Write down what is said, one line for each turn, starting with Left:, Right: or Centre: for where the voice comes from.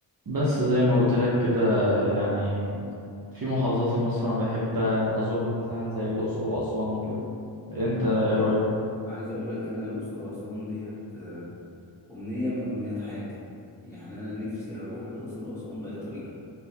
Right: بس زي ما قلت لك كده يعني في محافظات في مصر انا بحب ازورها مثلا زي الاقصر واسوان وكده انت ايه رايك
Centre: عايز اقول لك انا الاقصر واسوان ديت آه، امنيه من امنيات حياتي يعني انا نفسي اروح الاقصر واسوان باي طريقه